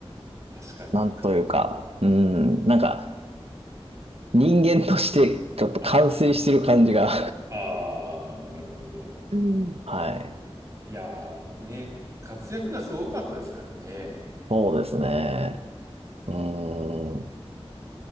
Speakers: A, on the right (about 30°); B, on the right (about 75°).
A: 確かに。
B: なんというか、
A: かうん。
B: うん、なんか人間として <laughs> ちょっと完成してる感じが。
A: あ、ああ、なるほど。
B: うんはい。
A: いやー、ね、活躍がすごかったですからね。
B: そうですね。うーん。